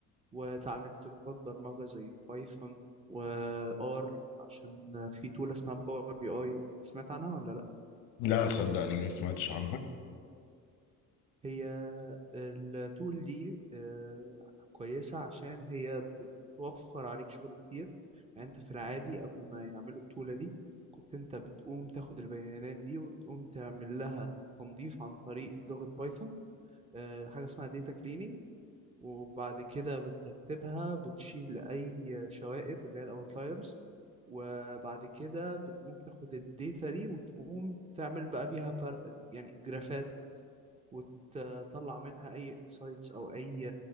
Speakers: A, on the right; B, on the left.
A: وتعلمت لغات برمجة زي بايثون و R عشان في تول اسمها باور بي اي سمعت عنها ولا لا
B: لا صدقني ما سمعتش عنها
A: هي التول دي آه، كويسة عشان هي بتوفر عليك شغل كتير يعني انت في العادي قبل ما يعملوا التولة دي كنت انت بتقوم تاخد البيانات دي وتقوم تعمل لها تنظيف عن طريق لغة بايثون آه، حاجة اسمها داتا cleaning وبعد كده بترتبها بتشيل أي شوائب اللي هي الأوتلايرز وبعد كده بتقوم تاخد الداتا دي وتقوم تعمل بقى بيها فرق يعني جرافات وتطلع منها أي انسايتس أو أي